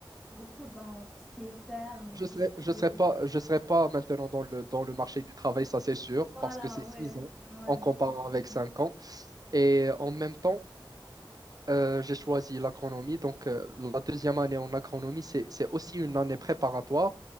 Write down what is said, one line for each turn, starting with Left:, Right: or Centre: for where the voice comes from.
Centre: beaucoup dans tout ce qui est ferme
Right: Je
Centre: et
Right: serais,
Centre: tout ce qui
Right: je serais
Centre: est...
Right: pas, je serais pas maintenant dans le, dans le marché du travail, ça c'est sûr,
Centre: Voilà,
Right: parce que c'est six
Centre: ouais,
Right: ans
Centre: ouais,
Right: en comparant
Centre: exactement.
Right: avec cinq ans. Et en même temps, Euh, j'ai choisi l'agronomie. Donc, euh, la deuxième année en agronomie, c'est, c'est aussi une année préparatoire,